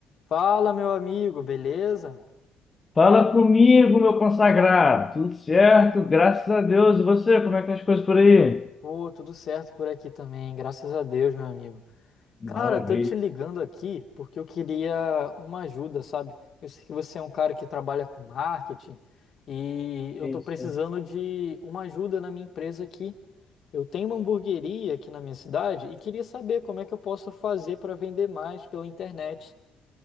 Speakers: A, on the left; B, on the left.
A: Fala, meu amigo, beleza?
B: Fala comigo, meu consagrado. Tudo certo? Graças a Deus. E você, como é que tá as coisas por aí?
A: Pô, tudo certo por aqui também, graças a Deus, meu amigo.
B: Maravilha.
A: Cara, eu tô te ligando aqui porque eu queria uma ajuda, sabe? Eu sei que você é um cara que trabalha com marketing e eu
B: Isso.
A: tô precisando de uma ajuda na minha empresa aqui. Eu tenho uma hamburgueria aqui na minha cidade e queria saber como é que eu posso fazer para vender mais pela internet.